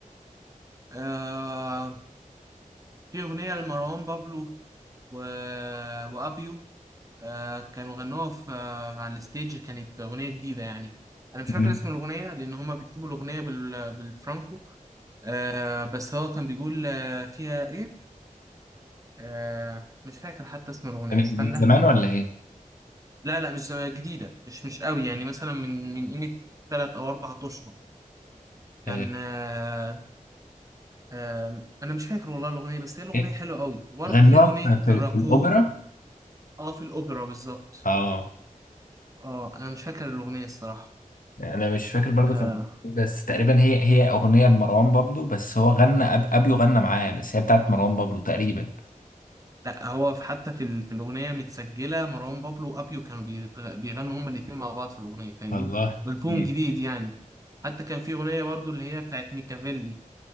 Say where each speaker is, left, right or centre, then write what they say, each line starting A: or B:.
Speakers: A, on the right (about 25°); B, on the left (about 80°).
A: آه في أغنية لمروان بابلو و... وأبيو آه كانوا غنوها في آه على الستيج كانت أغنية جديدة يعني أنا مش
B: من
A: فاكر اسم الأغنية لأن هما بيكتبوا الأغنية بال... بالفرانكو آه بس هو كان بيقول آه فيها إيه آه مش فاكر حتى اسم الأغنية
B: من-
A: استنى
B: من زمان ولا ايه
A: لا لا مش جديدة مش مش قوي يعني مثلا من من قيمة تلات أو أربع أشهر كان
B: آه،
A: آه آه أنا مش فاكر والله الأغنية بس هي الأغنية
B: إيه؟
A: حلوة قوي وبرضه
B: غنوها
A: في أغنية
B: في, في,
A: راكور
B: في الاوبرا
A: أه في الأوبرا بالظبط
B: اه
A: أه أنا مش فاكر الأغنية الصراحة
B: انا مش فاكر برضه
A: آه،
B: كان بس تقريبا هي هي اغنيه لمروان بابلو بس هو غنى أب- ابيو غنى معاه بس هي بتاعت مروان بابلو تقريبا
A: لا هو في حتى في ال- في الاغنيه متسجله مروان بابلو وابيو كانوا بيت- بيغنوا هما الاثنين مع بعض في الاغنيه فاهمني
B: الله
A: البوم
B: مم.
A: جديد يعني حتى كان في اغنيه برضو اللي هي بتاعت ميكافيلي